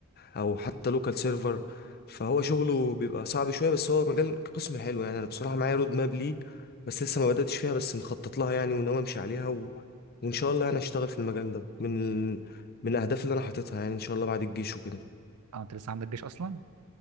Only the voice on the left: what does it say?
او حتى لوكال سيرفر فهو شغله بيبقى صعب شويه بس هو مجال قسم حلو يعني انا بصراحه معايا رود ماب ليه بس لسه ما بداتش فيها بس مخطط لها يعني وناوي امشي عليها و... وان شاء الله انا اشتغل في المجال ده من من الاهداف اللي انا حاططها يعني ان شاء الله بعد الجيش وكده